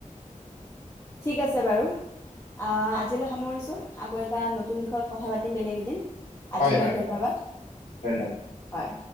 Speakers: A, on the left; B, on the left.
A: ঠিক আছে বাৰু আজিলৈ সামৰিছোঁ ।আকৌ এটা নতুন বিষয়ত কথা পাতিম বেলেগ এদিন, আজিলৈ
B: হয় হয়
A: ধন্যবাদ,
B: হয় ধন্যবাদ
A: হয়।